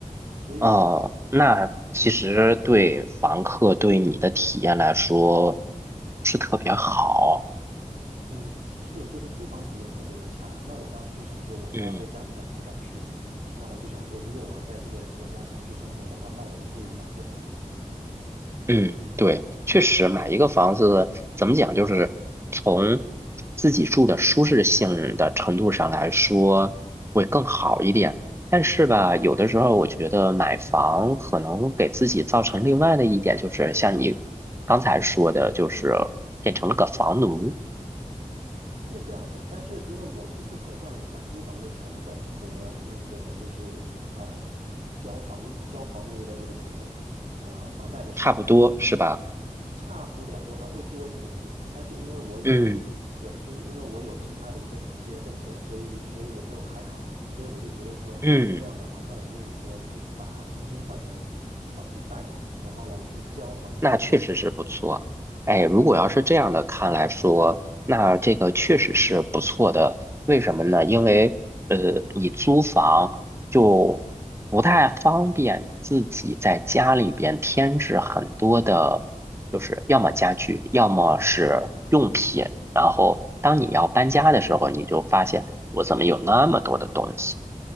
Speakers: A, on the right; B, on the right.
A: 所以
B: 哦，那其实对房客对你的体验来说
A: 我，嗯。
B: 不是特别好。
A: 嗯，是，就是租房体验特别的差。那我当时就想说，我不要被这样赶来赶去。
B: 嗯。
A: 那我就想说，如果我要在这个国家长期生活的话，那我就不如买个房子，
B: 嗯，对，确实买一个房子怎么讲，就是从自己住的舒适性的程度上来说会更好一点。但是吧，有的时候我觉得买房可能给自己造成另外的一点，就是像你刚才说的，就是变成了个房奴，
A: 是这样的。但是因为我是去核算了一下租房的成本和那个就是呃交房交房奴的这个成本，呃房贷的成本。
B: 差不多是吧？
A: 差不了多少，会多一点点。但是因为我有，
B: 嗯
A: 对，就是因为我有其他的一些补贴政策，所以所以我就还好，所以我就觉得说，如果是这样的话，
B: 嗯。
A: 那我愿意说去把租金换成房贷，然后来去交房子。
B: 那确实是不错。哎，
A: 对，
B: 如果要是这样的看来说，那这个确实是不错的。为什么呢？因为呃，你租房就不太方便自己在家里边添置很多的，就是要么家具，要么是用品。然后当你要搬家的时候，你就发现我怎么有那么多的东西？